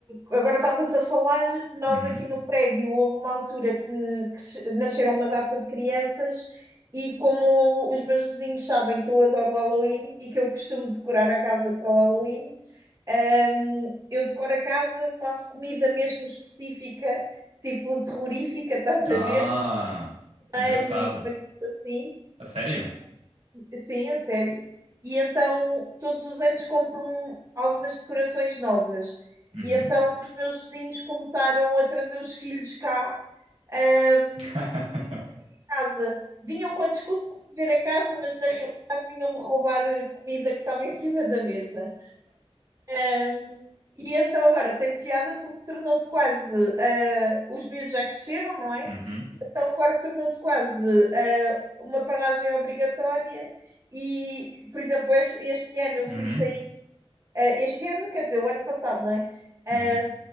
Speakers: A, on the right; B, on the right.
A: agora estavas a falar, nós
B: uhum.
A: aqui no prédio houve uma altura que cresce- nasceram uma data de crianças e como os meus vizinhos sabem que eu adoro o Halloween e que eu costumo decorar a casa para o Halloween, hum, eu decoro a casa, faço comida mesmo específica, tipo terrorífica, <laughs> estás
B: Ah,
A: a ver? Alho
B: engraçado.
A: e coisas assim.
B: A sério?
A: Sim, a sério. E então, todos os anos compro um- algumas decorações novas.
B: Uhum.
A: E então, os meus vizinhos começaram a trazer os filhos cá, ahm,
B: <laughs>
A: à casa. Vinham com a desculpa de ver a casa, mas na realidade vinham-me roubar a comida que estava em cima da mesa. Hum, E então, agora tem piada porque tornou-se quase. ah, os miúdos já cresceram, não é?
B: Uhum,
A: Então agora tornou-se quase ah, uma paragem obrigatória e, por exemplo, este, este ano eu
B: uhum,
A: fui sair, ah, este ano, quer dizer, o ano passado, não é? Ah,
B: uhum.